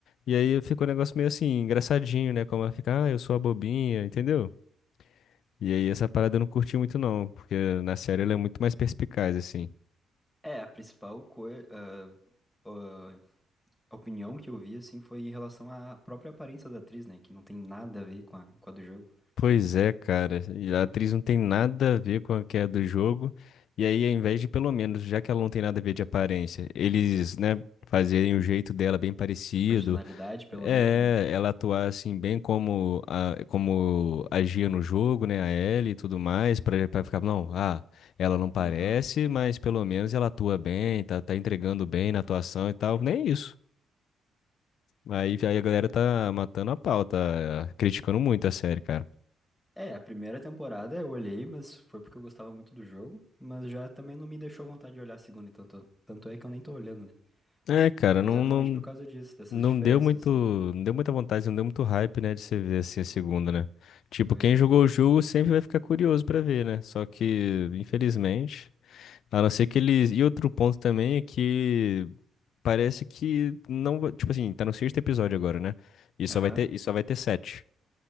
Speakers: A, on the left; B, in the centre.
A: E aí ficou um negócio meio assim, engraçadinho, né? Como ela fica, ah, eu sou a bobinha, entendeu? E aí essa parada eu não curti muito não, porque na série ela é muito mais perspicaz, assim.
B: É, a principal coi- ah, ah, opinião que eu vi, assim, foi em relação à própria aparência da atriz, né? Que não tem nada a ver com a, com a do jogo.
A: Pois é, cara. E A atriz não tem nada a ver com a que é do jogo. E aí, ao invés de, pelo menos, já que ela não tem nada a ver de aparência, eles, né, fazerem o jeito dela bem parecido.
B: A personalidade, pelo
A: É,
B: menos, né?
A: ela atuar assim, bem como, a, como agia no jogo, né, a Ellie e tudo mais, pra, pra ficar, não, ah, ela não parece,
B: Aham.
A: mas pelo menos ela atua bem, tá, tá entregando bem na atuação e tal. Nem isso. Aí, aí a galera tá matando a pau, tá criticando muito a série, cara.
B: É, a primeira temporada eu olhei, mas foi porque eu gostava muito do jogo. Mas já também não me deixou vontade de olhar a segunda, então tanto, tanto é que eu nem tô olhando, né?
A: É, cara,
B: Exatamente
A: não, não.
B: por causa disso, dessas
A: Não
B: diferenças,
A: deu muito,
B: assim.
A: não deu muita vontade, não deu muito hype, né, de você ver assim a segunda, né? Tipo,
B: Pois
A: quem
B: é.
A: jogou o jogo sempre vai ficar curioso pra ver, né? Só que, infelizmente, a não ser que eles. E outro ponto também é que parece que não, va- tipo assim, tá no sexto episódio agora, né? E só
B: Aham.
A: vai ter, e só vai ter sete.